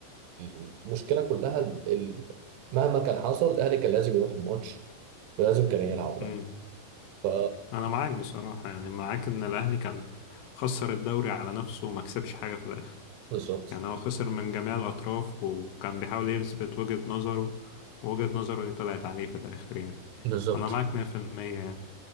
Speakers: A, on the right (about 80°); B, on the left (about 80°).
A: ال- المشكله كلها ال- ال- مهما كان حصل الاهلي كان لازم يروح الماتش ولازم كان يلعب
B: امم
A: يعني ف
B: انا معاك بصراحه يعني معاك ان الاهلي كان خسر الدوري على نفسه وما كسبش حاجه في الاخر
A: بالظبط
B: يعني هو خسر من جميع الاطراف وكان بيحاول يثبت وجهه نظره ووجهه نظره دي طلعت عليه في الاخر يعني
A: بالظبط
B: انا معاك 100% يعني